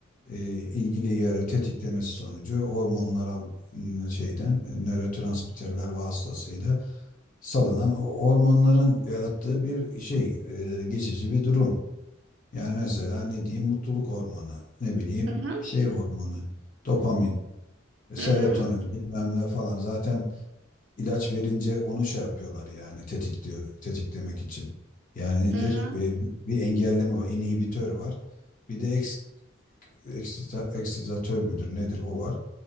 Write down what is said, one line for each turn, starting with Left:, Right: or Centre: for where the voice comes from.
Left: e, ilgili yeri tetiklemesi sonucu hormonlara m, şeyden e, nörotransmitterler vasıtasıyla salınan o hormonların yarattığı bir şey e, geçici bir durum. Yani mesela ne diyeyim mutluluk hormonu, ne bileyim
Right: Hı hı,
Left: şey hormonu, dopamin, serotonin
Right: hı hı,
Left: bilmem ne falan zaten ilaç verince onu şey yapıyorlar yani tetikliyor, tetiklemek için. Yani nedir?
Right: hı hı,
Left: Bir, bir engelleme var, inhibitör var. Bir de eks, eksita- eksitatör müdür nedir o var.